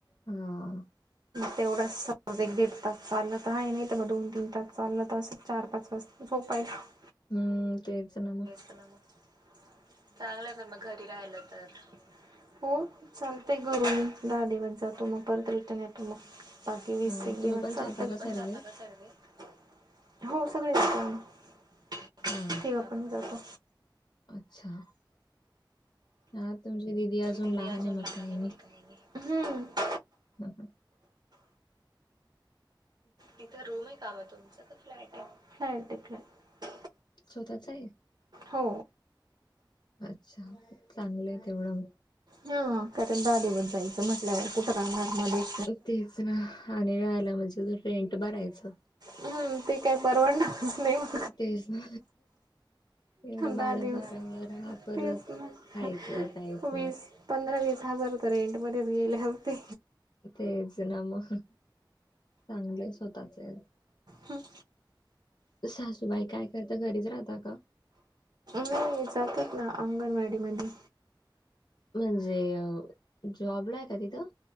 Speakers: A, on the left (about 60°); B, on the right (about 60°).
A: हा
B: तेवढं सज एक दीड तास चाललं तर आहे नाही. तर मग दोन तीन तास चाललं तर असं चार पाच वाजता झोपायचं
A: हम्म चेच नाम
B: मग चांगलं पण मग घरी राहाला तर हो चालतय घरून मी दहा दिवस जातो मग परत रिटर्न येतो मग बाकी वीस
A: हा मग
B: ते दिवस
A: तुम्ही पण
B: चालतातण
A: जाता का सर्वे
B: ज का सर्व हो सगळे अस
A: हा
B: ते पण जातो
A: अच्छा ह तुमची दिदी अजून
B: दिदी
A: लहान
B: आजून
A: आहे मग
B: लहाने
A: काही
B: मंगाय
A: हा हा
B: इथं रूम आहे का म तुमच का फ्लॅट आहे फ्लॅट आहे फ्लॅट
A: स्वतःच आहे
B: हो
A: अच्छा चांगलं आहे तेवढं
B: हा कारण दहा दिवस जायचं म्हटल्यावर कुठ राणारमध्येध्ये
A: तेच ना आणि, राहायला म्हणजे रेंट भरायचं
B: हम्म ते काही परवाडणारच नाही मग
A: तेच ना एवढं बाळ
B: दहा दिवस,
A: बरा राहा परत
B: तेच ना
A: खायचं प्यायचं
B: वीस पंधरा वीस हजार तर रेंटमध्येध्येच गेले असते
A: तेच ना मग चांगले स्वतःचे आहे
B: हम्म
A: सासूबाई काय करता घरीच राहता का
B: नाही जातात ना अंगणवाडी, मध्ये
A: म्हणजे जॉबला आहे का तिथं